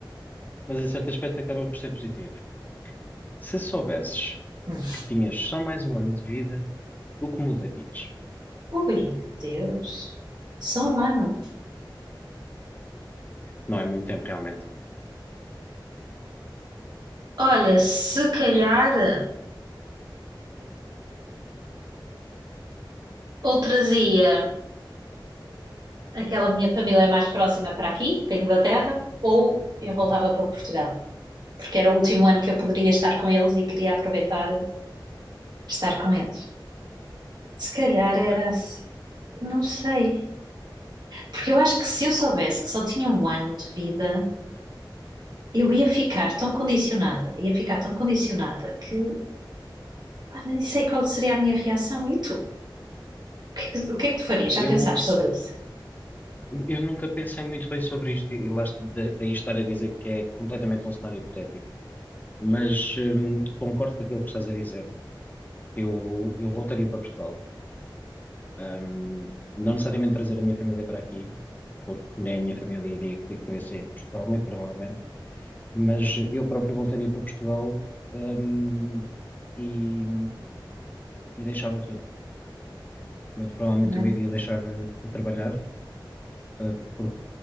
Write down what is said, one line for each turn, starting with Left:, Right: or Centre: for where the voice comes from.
Left: mas em certo aspecto acaba por ser positivo. Se soubesses
Right: Hum.
Left: que tinhas só mais um ano de vida, o que mudarias?
Right: Ui, meu Deus. Só um ano.
Left: Não é muito tempo, realmente.
Right: Olha, se calhar ou trazia aquela minha família mais próxima para aqui, para a Inglaterra, ou eu
Left: Uhum.
Right: voltava para Portugal, porque era o último ano que eu poderia estar com eles e queria aproveitar estar com eles. Se calhar
Left: Ok.
Right: era. assim. Não sei. Porque eu acho que se eu soubesse que só tinha um ano de vida, eu ia ficar tão condicionada, ia ficar tão condicionada que Pá, nem sei qual seria a minha reação. E tu? O que é que, o que é que tu farias? Já
Left: Eu,
Right: pensaste sobre isso?
Left: eu nunca pensei muito bem sobre isto e lá, da- daí estar a dizer que é completamente um cenário hipotético. Mas hum, concordo com aquilo que estás a dizer. Eu, eu voltaria para Portugal. Um, não necessariamente trazer a minha família para aqui, porque nem a minha família iria que- querer sair de Portugal, muito provavelmente, mas eu próprio voltaria para Portugal, um, e, e deixava tudo. Muito provavelmente
Right: não é?
Left: eu iria deixar de trabalhar, uh, porque